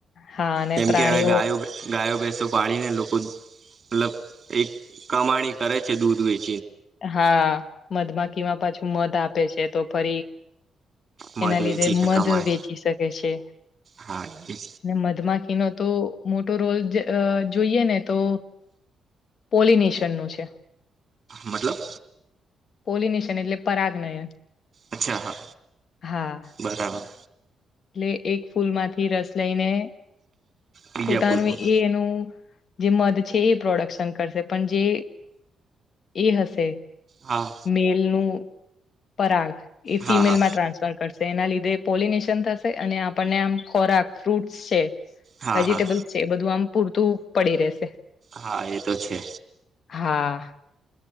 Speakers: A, on the left (about 60°); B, on the right (about 45°).
A: હા અને
B: કેમ
A: પ્રાણીઓ
B: કે હવે ગો ગાયો બેસો પાડીને લોકો મતલ એક કમાણી કરે છે, દૂધ વેચ
A: હા મધમાખીમાં પાછું મધ આપે છે, તો ફરી.
B: મધ
A: એના લીધે
B: વેચીને
A: મધ
B: કમાય
A: વેચી શકે છે,
B: હા એ
A: અને મધમાખીનો તો મોટો રોલ જોઈએ ને તો પોલિનિશિયનનું છે.
B: મતલબ?
A: પોલીનેશન એટલે પરાગનયાન
B: અચ્છા હા
A: હા
B: બરાબર
A: એટલે એક ફૂલમાંથી રસ. લઈને
B: બીજા
A: પોતાનું
B: ફૂલમાં
A: એ એનું જે મધ છે, એ પ્રોડક્શન કરશે પણ જે એ હશે.
B: હા
A: મેલ નું પરાગ એ ફિમેલમાં
B: હા હા
A: ટ્રાન્સફર કરશે એના લીધે પોલિનેશન થશે અને આપણને આમ ખોરાક <unintelligible> છે.
B: હા
A: વેજીિટેબલ
B: હા
A: છે, એ બધું આમ પૂરતું પડી રેશે.
B: હા એ તો છે.
A: હા.